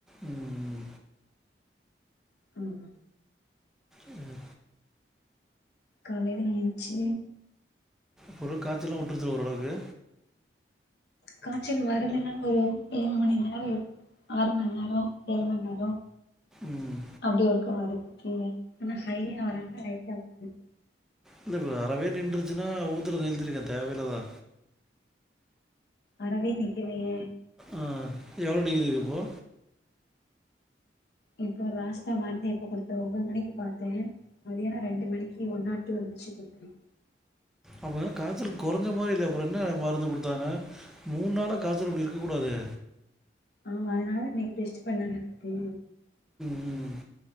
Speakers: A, in the centre; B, on the left.
A: உம்
B: உம்
A: உம்
B: காலைல ஏந்ச்சி
A: பொருள் காய்ச்ச எல்லாம் விட்டுருச்ச ஓரளவுக்கு
B: காய்சல்வருதுன்னா ஒரு ஏழு மணி நேரம் ஆறு மணி நேரம் ஏழு மணி நேரம்
A: ம்
B: அப்படி ஒருக்க வருது ஆனா ஹையா வராமா லைட்டா வருது
A: இல்ல வறதே நின்றுச்சுன்னா ஊத்துரத நிருத்திடுங்க தேவ இல்லதா
B: அரவே நிக்கலையே
A: ஆஹ் எவ்வளோ டிகிரி இருக்குப்போ
B: இப்போ லாஸ்டா மருந்து எப்ப கொடுத்தன் ஒன்பது மணிக்கு பாத்தேன் மதியானம் ரெண்டு மணிக்கு ஒன்னார் டூ இருந்துச்சு கொடுத்தேன்
A: ஆமா காச்சல் குறைஞ்ச மாரி இல்ல அப்புறம் என்ன மருந்து கொடுத்தாங்க மூணு நாளா காச்சல் இப்படி இருக்க கூடாதே
B: ஆமா அதனால இன்னைக்கு டெஸ்ட் பண்ணலானு இருக்கே
A: உம்